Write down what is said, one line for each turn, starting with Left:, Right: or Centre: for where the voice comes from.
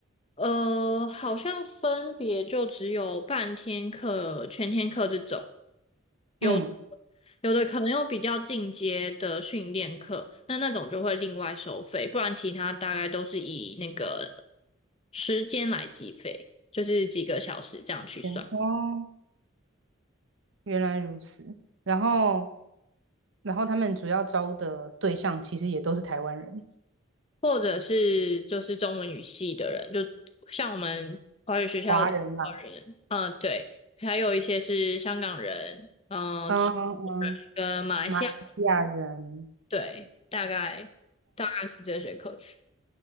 Left: 呃，好像分别就只有半天课、全天课这种，有
Right: 嗯，
Left: 有的可能有比较进阶的训练课，那那种就会另外收费，不然其他大概都是以那个时间来计费，就是几个小时这样去算，
Right: 原哦，原来如此。然后，然后他们主要招的对象其实也都是台湾人、
Left: 或者是就是中文语系的人，就像我们华语学校的人，
Right: 华人啦，
Left: 嗯、对，还有一些是香港人，嗯、
Right: 嗯嗯，
Left: 中国人跟马来西亚，
Right: 马来西亚人。
Left: 对，大概大概是这些课程。